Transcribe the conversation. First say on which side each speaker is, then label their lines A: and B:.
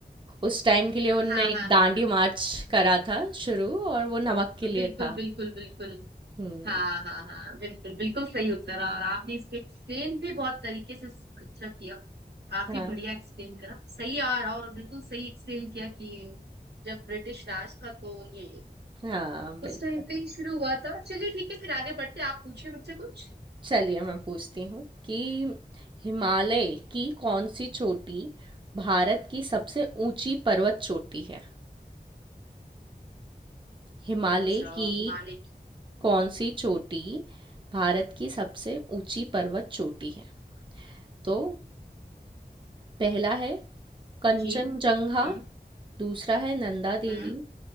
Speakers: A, on the right (about 30°); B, on the right (about 80°).
A: उस टाइम के लिए उनने
B: हाँ
A: एक
B: हाँ
A: दांडी
B: हाँ हाँ
A: मार्च करा था शुरू और वो नमक के
B: हाँ, बिल्कुल
A: लिए था
B: बिल्कुल बिल्कुल
A: हम्म
B: हाँ हाँ हाँ बिल्कुल बिल्कुल सही उत्तर और आपने इसको एक्सप्लेन भी बहुत तरीके से अच्छा किया काफी
A: हाँ
B: बढ़िया एक्सप्लेन करा सही और और बिल्कुल सही एक्सप्लेन किया कि जब ब्रिटिश राज था तो ये
A: हाँ बिल्कुल
B: उस टाइम पे ही शुरू हुआ था चलिए ठीक है फिर आगे बढ़ते हैं। आप पूछे मुझसे कुछ
A: चलिए मैं पूछती हूँ कि हिमालय की कौन सी चोटी भारत की सबसे ऊंची पर्वत चोटी है हिमालय
B: अच्छा
A: की
B: हिमालय की
A: कौन सी चोटी भारत की सबसे ऊंची पर्वत चोटी है तो पहला है कंचनजंगा
B: जी हम्म
A: दूसरा है नंदा देवी
B: हम्म